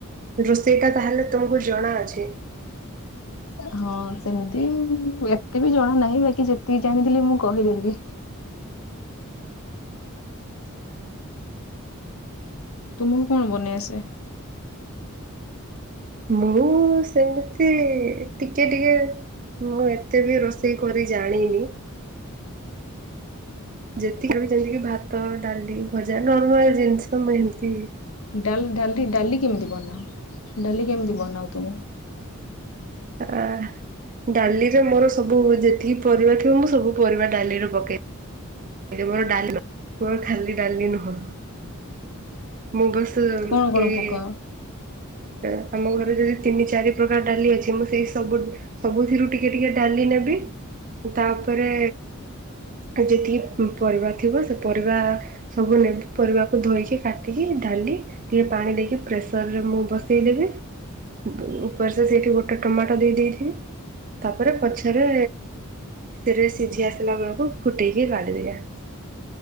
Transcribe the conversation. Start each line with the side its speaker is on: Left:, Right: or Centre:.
Right: ରୋଷେଇଟା ତାହେଲେ ତମକୁ ଜଣା ଅଛି।
Left: ହଁ ସେମିତି ଏତେ ବି ଜଣା ନାହିଁ ବାକି ଯେତିକି ଜାଣିଥିଲି ମୁଁ କହିଦେଲି।
Right: ଛା
Left: ତୁମକୁ କଣ ବନେଇ ଆସେ?
Right: ମୁଁ ସେମିତି ଟିକେ ଟିକେ ମୁଁ ଏତେ ବି ରୋଷେଇ କରି ଜାଣିନି ଯେତିକି ବି ଯେମିତିକି ଭାତ ଡାଲି ଭଜା ନର୍ମାଲ ଜିନିଷ ମୁଁ ଏମତି
Left: ଡାଲ ଡାଲି ଡାଲି କେମିତି ବନାଅ ଡାଲି କେମିତି ବନାଅ ତୁମେ?
Right: ଆ ଡାଲିରେ ମୋର ସବୁ ଯେତିକି ପରିବା ଥିବ ମୁଁ ସବୁ ପରିବା ଡାଲିରେ ପକେଇ ଏଥି ମୋର ଡାଲମା ମୋର ଖାଲି ଡାଲି ନୁହଁ ମୁଁ ବସ ସମ୍
Left: କଣ କଣ
Right: ଏଇ
Left: ପକାଅ?
Right: ଅ ଆମ ଘରେ ଯଦି ତିନି ଚାରି ପ୍ରକାର ଡାଲି ଅଛି ମୁଁ ସେଇ ସବୁ ସବୁଥିରୁ ଟିକେ ଟିକେ ଡାଲି ନେବି ତାପରେ କି ଯେତିକି ଉଁ ପରିବା ଥିବ ସେ ପରିବା ସବୁ ନେ ପରିବାକୁ ଧୋଇକି କାଟିକି ଢାଲି ଟିକେ ପାଣି ଦେଇକି ପ୍ରେସର ରେ ମୁଁ ବସେଇଦେବି। ବେ ଉପରସେ ସେଇଠି ଗୋଟେ ଟମାଟୋ ଦେଇ ଦେଇଥିବି ତାପରେ ପଛରେ ସେରା ସିଝି ଆସିଲା ବେଳକୁ ଫୁଟେଇକି କାଢିଦେବା। <unintelligible>